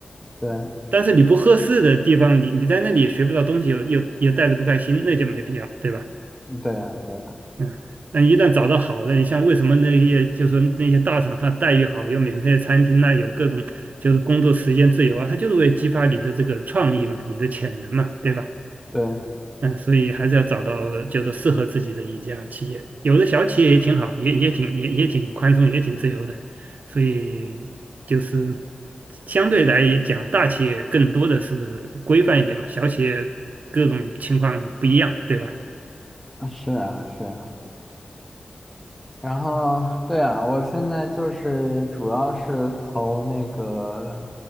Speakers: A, in the centre; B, on the right (about 70°).
A: 对，
B: 但是你不合适的地方，你你在那里也学不到东西，又又又带着不开心，那就没必要，对吧？
A: 嗯对啊，对啊，
B: <laughs> 嗯，那一旦找到好的，你像为什么那些就是说那些大厂，它待遇好，有免费的餐厅呐，有各种就是工作时间自由啊，它就是为激发你的这个创意嘛，你的潜能嘛，对吧？
A: 对，
B: 嗯，所以还是要找到就是适合自己的一家企业，有的小企业也挺好，也也挺也也挺宽松，也挺自由的，所以就是相对来讲，大企业更多的是规范一点嘛，小企业各种情况不一样，对吧？
A: 啊是啊，是啊。然后，对啊，我现在就是主要是投那个，